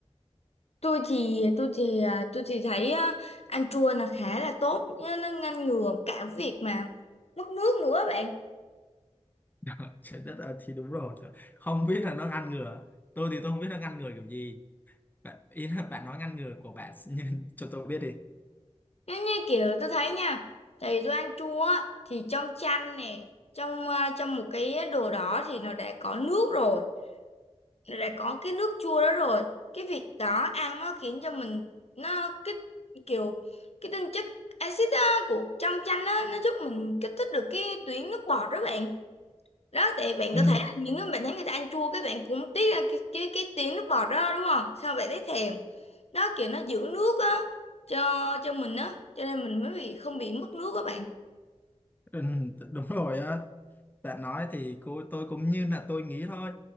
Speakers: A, on the left; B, on the left.
A: tôi thì tôi thì à, tôi thì thấy á, ăn chua là khá là tốt nó nó ngăn ngừa cả việc mà mất nước nữa bạn
B: <laughs> Trời đất ơi thì đúng rồi không biết là nó ngăn ngừa tôi thì tôi không biết nó ngăn ngừa kiểu gì bạn ý là bạn nói ngăn ngừa của bạn <laughs> nhưng cho tôi biết đi
A: nếu như kiểu tôi thấy nha thì tôi ăn chua á, thì trong chanh nè trong à, trong một cái đồ đó thì nó đã có nước rồi đã có cái nước chua đó rồi cái việc đó ăn nó khiến cho mình nó kích kiểu cái tinh chất axit á, của trong chanh á nó giúp mình kích thích được cái tuyến nước bọt đó bạn đó thì bạn
B: ừ,
A: có thể là những cái bạn thấy người ta ăn chua cái bạn cũng tiếc ăn cái cái cái tuyến nước bọt đó đúng không sao bạn thấy thèm đó kiểu nó giữ nước á cho cho mình á cho nên mình mới bị không bị mất nước các bạn
B: ừ, đúng rồi á bạn nói thì cô tôi cũng như là tôi nghĩ thôi